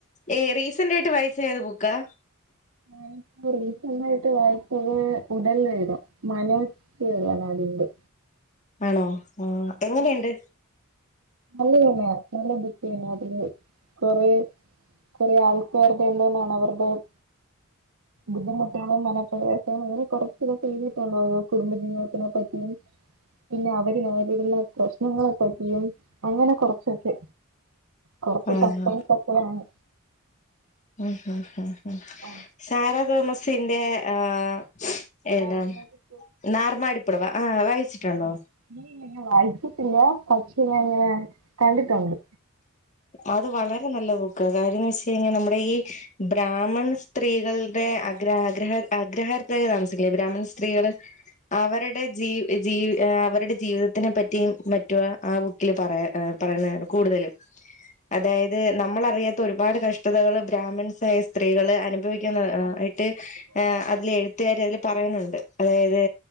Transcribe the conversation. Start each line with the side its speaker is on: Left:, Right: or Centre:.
Left: ഈ റീസന്റ് ആയിട്ട് വായിച്ചത് ഏത് ബുക്കാ?
Right: ഞാനിപ്പോ റീസന്റ് ആയിട്ട് വായിച്ചത് ഉടൽ വേദം മനോ <unintelligible>
Left: ആണോ ആഹ് എങ്ങനെയുണ്ട്?
Right: നല്ല <unintelligible> നല്ല ബുക്ക് തന്നെയാ അതില് കുറേ കുറേ ആൾക്കാരുടെ എല്ലാം <unintelligible> ബുദ്ധിമുട്ടുകളും മനപ്രയാസങ്ങളും അങ്ങനെ കുറച്ചൂ എഴുതിയിട്ടുള്ളൂ കുടുംബജീതത്തിനെ പറ്റിയും പിന്നെ അവര് നേരിടുന്ന പ്രശ്നങ്ങളെ പറ്റിയും അങ്ങനെ കുറച്ചൊക്കെ കുറച്ച്
Left: ആഹ്
Right: സസ്പെൻസ് ഒക്കെയാണ്
Left: <unintelligible>
Right: ആഹ്
Left: സാറാ തോമസിന്റെ ആഹ് ഏതാ?
Right: നറുന്നതൊക്കെ
Left: നാർമാടിപ്പുടവ ആഹ് വായിച്ചിട്ടുണ്ടോ?
Right: ആ ഞാൻ വായിച്ചിട്ടില്ല പക്ഷേ ഞാൻ ഇങ്ങനെ കണ്ടിട്ടുണ്ട്
Left: അത് വളരെ നല്ല ബുക്ക് കാര്യന്ന് വെച്ച കഴിഞ്ഞാ നമ്മുടെ ഈ ബ്രാഹ്മൺ സ്ത്രീകളുടെ അഗ്ര അഗ്രഹ അഗ്രഹാരത്തിലല്ലേ താമസിക്കല് ബ്രാഹ്മ സ്ത്രീകള് അവരുടെ ജീ ജീ ആഹ് അവരുടെ ജീവിതത്തിനെ പറ്റിയും മറ്റുവാ ആ ബുക്കില് പറയ പറയണ കൂടുതലും അതായത് നമ്മൾ അറിയാത്ത ഒരുപാട് കഷ്ടതകള് ബ്രാഹ്മിൺസായ സ്ത്രീകള് അനുഭവിക്
Right: അതെ.
Left: ആയിട്ട്
Right: ഉം,
Left: അതിലെ എഴുത്തുകാരി അതില് പറയുന്നുണ്ട് അതായത്